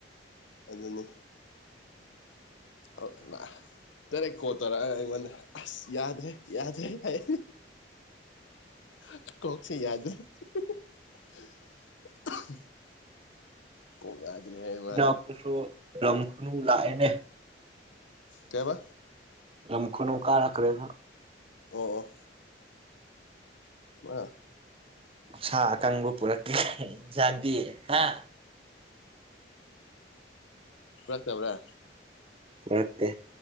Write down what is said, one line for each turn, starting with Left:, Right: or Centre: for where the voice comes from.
Left: ꯑꯗꯨꯟꯅꯦ ꯍꯛ ꯅ ꯇꯔꯦ ꯀꯣꯜ ꯇꯣꯔꯑꯒ ꯑꯩꯉꯣꯟꯗ ꯑꯁ ꯌꯥꯗ꯭ꯔꯦ ꯌꯥꯗ꯭ꯔꯦ ꯍꯥꯏꯌꯦ <unintelligible> ꯀꯣꯛꯁꯦ ꯌꯥꯗ꯭ꯔꯦ <unintelligible> ꯀꯣꯛ ꯌꯥꯗ꯭ꯔꯦ ꯍꯥꯏꯎꯞ
Right: ꯏꯅꯥꯛꯇꯁꯨ ꯂꯝ ꯈꯨꯅꯨ ꯂꯥꯛꯑꯦꯅꯦ
Left: ꯀꯩꯕ
Right: ꯂꯝ ꯈꯨꯅꯨ ꯀꯥꯔꯈ꯭ꯔꯦꯕ
Left: ꯑꯣ ꯑꯣ ꯃꯥ
Right: ꯁꯥ ꯑꯀꯪꯕ ꯄꯨꯔꯛꯇꯦ ꯍꯩ ꯖꯗꯦ ꯍ
Left: ꯄꯨꯔꯛ ꯇꯕ꯭ꯔꯥ
Right: ꯄꯨꯔꯛꯇꯦ